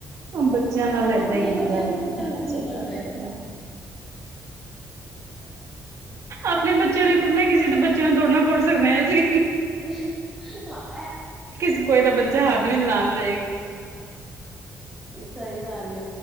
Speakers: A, on the right; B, in the centre.
A: ਬੱਚਿਆਂ
B: ਹਾਂ
A: ਨਾਲ ਏਦਾਂ
B: ਆਪਣੇ
A: ਹੀ ਹੈਗਾ
B: ਬੱਚਿਆਂ ਨੂੰ
A: ਹੁਣ
B: ਕੁੱਟਣ
A: ਕੀ ਕਹਿ
B: ਤੇ
A: ਸਕਦਾ
B: ਜੀਅ ਕਰਦਾ
A: ਹੈਗਾ
B: ਏ
A: ਉਹ ਦਾ ਆਪਣੇ ਬੱਚਿਆਂ ਨੂੰ ਕੁੱਟਣਾ ਕਿਸੇ ਦੇ ਬੱਚਿਆਂ ਨੂੰ ਦੋੜਨਾ ਕੁੱਟ ਸਕਦੇ ਹਾਂ ਅਸੀਂ
B: <inaudible>
A: ਕਿਸੇ ਕੋਏ ਦਾ ਬੱਚਾ ਹੱਦ ਵੀ ਨੀ ਲਾਦਾ
B: ਸਹੀ ਗੱਲ